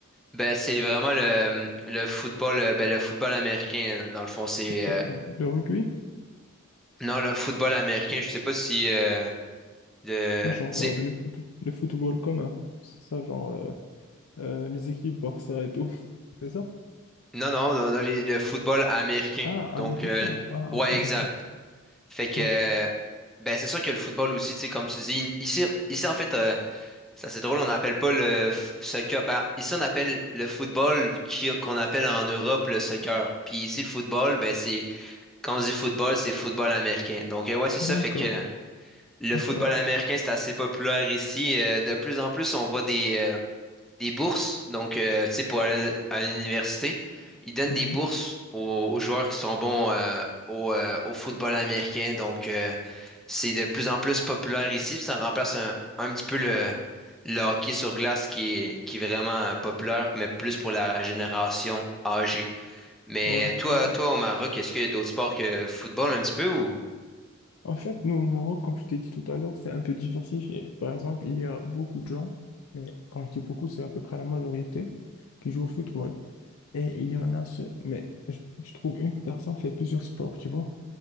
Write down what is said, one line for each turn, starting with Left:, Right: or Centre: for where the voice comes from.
Centre: Ben, c'est vraiment le, le football, euh, ben, le football américain, dans le fond, c'est,
Left: Le,
Centre: euh,
Left: le rugby,
Centre: non, le football américain, je sais pas si, euh, le,
Left: ah, genre
Centre: tu sais,
Left: euh, le foot, le football commun, c'est ça, genre euh, euh, les équipes Barça et tout, <laughs> c'est ça?
Centre: non, non, non, non, les- le football américain.
Left: Ah,
Centre: Donc,
Left: américain,
Centre: euh,
Left: ah
Centre: ouais,
Left: ok,
Centre: exact.
Left: ok,
Centre: Fait que,
Left: ouais,
Centre: euh, ben, c'est sûr que le football aussi, tu sais, comme tu dis, ici, ici, en fait, euh, c'est assez drôle, on n'appelle pas le f- soccer, ben, ici, on appelle le football qui- qu'on appelle en Europe le soccer. Puis ici, le football, ben, c'est, quand on dit football, c'est football américain. Donc, euh, ouais, c'est ça,
Left: d'accord,
Centre: fait que, Le
Left: d'accord,
Centre: football américain, c'est assez populaire ici. Euh, de plus en plus, on voit des, euh, des bourses. Donc, euh, tu sais, pour aller à l'université, ils donnent
Left: ouais,
Centre: des bourses aux, aux joueurs qui sont bons euh, au, euh, au football américain. Donc, euh, c'est de plus en plus populaire ici. Puis ça remplace un, un petit peu le, le hockey sur glace qui est, qui est vraiment euh, populaire, mais plus pour la génération âgée. Mais
Left: ouais,
Centre: toi,
Left: je vois.
Centre: toi au Maroc, est-ce qu'il y a d'autres sports que football un petit peu ou?
Left: En fait, nous, au Maroc, comme je t'ai dit tout à l'heure, c'est un peu diversifié. Par exemple, il y a beaucoup de gens, mais quand je dis beaucoup, c'est à peu près la majorité, qui jouent au football. Et il y en a ceux, mais je, je trouve une personne fait plusieurs sports, tu vois.